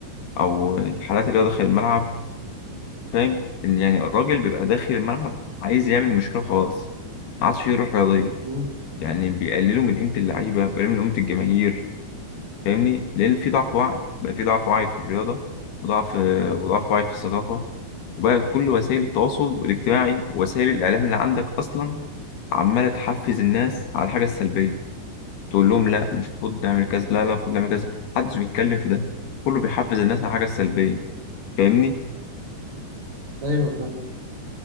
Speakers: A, on the left (about 60°); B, on the right (about 40°).
A: أو الحالات اللي هو داخل الملعب فاهم يعني الراجل بيبقى داخل الملعب عايز يعمل مشكلة خلاص ما عادش فيه روح رياضية
B: مم.
A: يعني بيقللوا من قيمة اللعيبة بيقللوا من قيمة الجماهير فاهمني لان في ضعف وعي بقى في ضعف وعي في الرياضه وضعف وضعف وعي في الثقافه وبقى كل وسائل التواصل الاجتماعي ووسائل الاعلام اللي عندك اصلا عماله تحفز الناس على الحاجه السلبيه تقول لهم لا مش المفروض نعمل كذا لا لا المفروض نعمل كذا محدش بيتكلم في ده كله بيحفز الناس على الحاجه السلبيه فاهمني
B: أيوة فاهم.